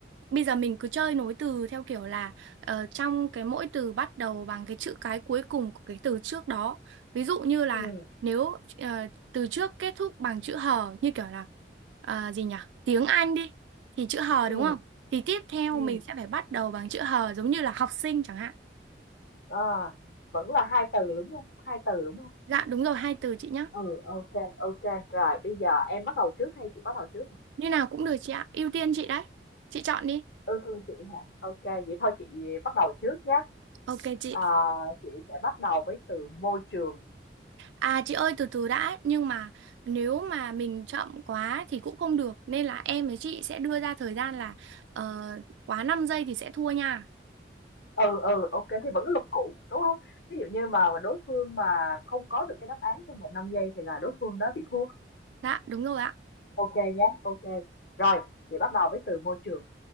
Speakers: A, on the right (about 80°); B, on the left (about 65°).
A: Bây giờ mình cứ chơi nối từ theo kiểu là ờ, trong cái mỗi từ bắt đầu bằng cái chữ cái cuối cùng của cái từ trước đó. Ví dụ như là
B: ừ
A: nếu ờ, từ trước kết thúc bằng chữ hờ như kiểu là ờ, gì nhỉ? Tiếng Anh đi thì chữ hờ
B: ừ
A: đúng không? Thì tiếp theo
B: ừ
A: mình sẽ phải bắt đầu bằng chữ hờ giống như là học sinh chẳng hạn.
B: À, vẫn là hai từ đúng không? Hai từ đúng không?
A: Dạ đúng rồi, hai từ chị nhá.
B: Ừ, ok, ok. Rồi, bây giờ em bắt đầu trước hay chị bắt đầu trước nè?
A: Như nào cũng được chị ạ, ưu tiên chị đấy. Chị chọn đi.
B: Ừ, thương chị hả? Ok, vậy thôi chị bắt đầu trước nhé.
A: Ok chị.
B: À, chị sẽ bắt đầu với từ môi trường.
A: À chị ơi từ từ đã, nhưng mà nếu mà mình chậm quá thì cũng không được nên là em với chị sẽ đưa ra thời gian là ờ, quá năm giây thì sẽ thua nha.
B: Ừ, ừ, ok thì vẫn cái luật cũ, đúng không Ví dụ như mà đối phương mà không có được cái đáp án trong vòng 5 giây thì là đối phương đó bị thua.
A: Dạ, đúng rồi ạ.
B: ok nhé ok Rồi, chị bắt đầu với từ môi trường.